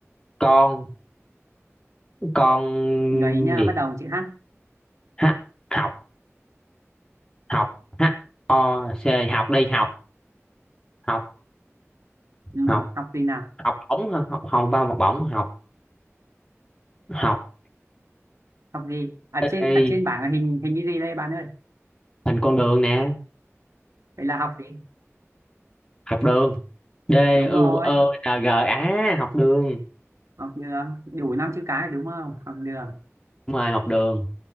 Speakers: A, on the left (about 15°); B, on the right (about 85°).
A: con con
B: Mình gợi ý nha
A: gì
B: bắt đầu bằng chữ H
A: h học học h o c học đi học học
B: Ừm,
A: học
B: học gì nào
A: học bổng hả? học không vào học bổng học học
B: học gì ở trên
A: Ê,
B: ở trên bảng là hình hình cái gì đây bạn ơi
A: hình con đường nè
B: vậy là học gì
A: học đường D
B: đúng
A: U
B: rồi
A: ơ N G á học đường
B: học đường đủ năm chữ cái đúng không học đường
A: đúng rồi học đường